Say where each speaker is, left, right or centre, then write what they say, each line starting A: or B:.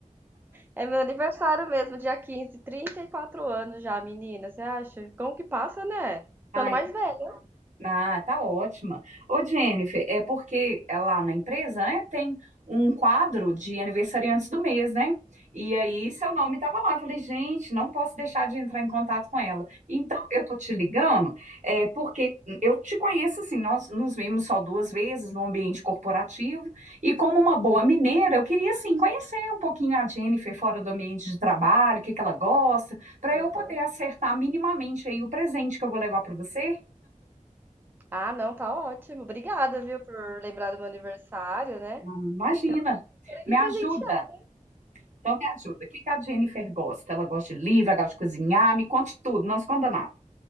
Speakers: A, on the right (about 15°); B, on the right (about 65°).
A: É meu aniversário mesmo, dia quinze, trinta e quatro anos já, menina, você acha? Como que passa, né? Ficando
B: ai,
A: mais velha.
B: Ah, tá ótima. Ô, Jennifer, é porque é, lá na empresa, né, tem um quadro de aniversariantes do mês, né? E aí seu nome estava lá. Eu Falei, gente, não posso deixar de entrar em contato com ela. Então, eu tô te ligando, é, porque eu te conheço assim, nós nos vimos só duas vezes no ambiente corporativo, e como uma boa mineira, eu queria assim conhecer um pouquinho a Jennifer fora do ambiente de trabalho, o que que ela gosta, para
A: Aham.
B: eu poder acertar minimamente aí o presente que eu vou levar para você.
A: Ah, não, tá ótimo. Obrigada, viu, por lembrar do meu aniversário, né?
B: Imagina.
A: E também por querer
B: Me
A: me
B: ajuda.
A: presentear.
B: Então me ajuda. O que que a Jennifer gosta? Ela gosta de livro, ela gosta de cozinhar. Me conte tudo, não esconda nada.